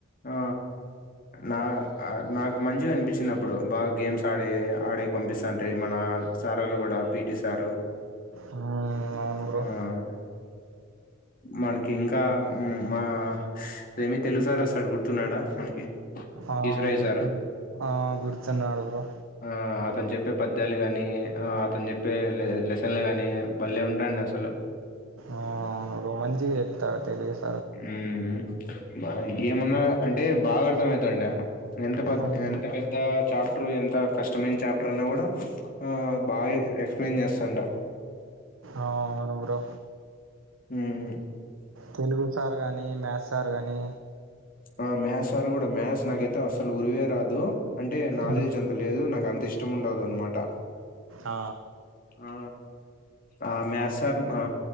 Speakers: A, on the left; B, on the right.
A: ఆ.. నా.. నాకు మంచిగా అనిపించిందప్పుడు బాగా గేమ్స్ ఆడీ ఆడీ పంపిస్తాంటె మన సారోళ్ళు కూడా పిటి సారు
B: హ్మ్ అవును బ్రో
A: మ్... మనకి ఇంక ఇంక మా అదేమి తెలుసార గుర్తున్నాడా మనకి
B: ఆ
A: ఈశ్వరయ్య
B: గుర్తు
A: సారు
B: ఆ గుర్తున్నాడు బ్రొ
A: ఆ అతను చెప్పే పద్యాలు గాని ఆ అతను చెప్పే లెసన్లు గాని బలే ఉంటాండె అసలు
B: ఆ ర మంచి చిగ చెప్తాడు తెలుగసల్
A: మ్... మన గేమున్నా అంటే బాగా అర్థం అయితాండె ఎంత పెద్ద
B: అవును
A: ఎంత పెద్ద చాప ప్టర్ ఎంత కష్టమైన చాప్టర్ అన్నా కూడా ఆ బాగా ఎక్స్ ప్లెయిన్ చేస్తుండా
B: ఆవును బ్రో
A: ఉమ్
B: తెలుగు సార్ గానీ మ్యాథ్స్ సార్ గానీ
A: ఆ మేథ్స్ సారు కూడా మేథ్స్ నాగైతే అసలు ఉరువే రాదు అంటే నాలెడ్జ్
B: హ్మ్.
A: అంత లేదు నాకు నాకంత ఇష్టం ఉండదు అనమాట
B: ఆ
A: ఆ ఆ మేథ్స్ సారు ఆ